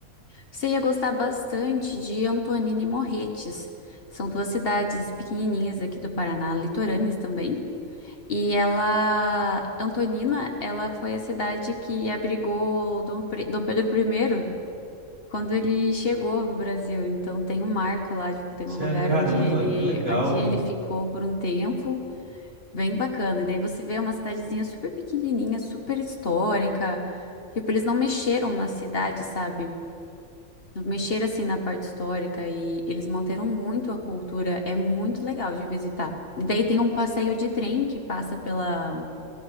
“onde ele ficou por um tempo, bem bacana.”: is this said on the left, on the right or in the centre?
Left